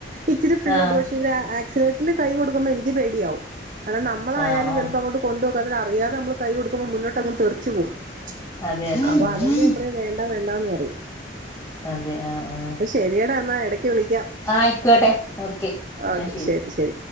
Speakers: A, on the right (about 45°); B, on the left (about 15°).
A: ഇച്ചിരി ഫ്രണ്ടിലോട്ട്
B: ആഹ്
A: പക്ഷെ ഇ ആക്സിഡന്റ്റൽ കൈ കൊടുക്കുമ്പോൾ എനിക്ക് പേടിയാവും കാരണം നമ്മളായാലും
B: ആഹ്
A: ചപ്പപ്പോ അങ്ങോ് കൊുപോക്ക അറിയതെ നമ്മള്ൈ കൊടുക്കുമോൾ മോ് അങ് തറിച്ചച്ച് പോകും
B: അതെ അതെ
A: അപ്പൊ
B: ആഹ്
A: അതുകൊണ്ട് ഞൻ പറയാ വേണ്ട വേണ്ടന്ന് പറയും
B: അതെ ആഹ ആഹ
A: അപ്പൊ ശരിയെടാ എന്നാ എടക്ക് വിളിക്കാം
B: ആഹ ആയിക്കോട്ടെ ഓക്കെ എന്ന
A: ഓക്കെ
B: ശെരി
A: ശരി ശരി